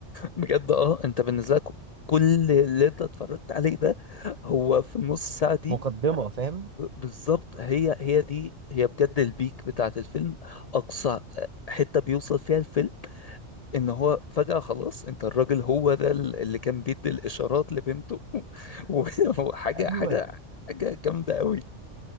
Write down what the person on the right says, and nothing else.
مقدمه فاهم
ايوه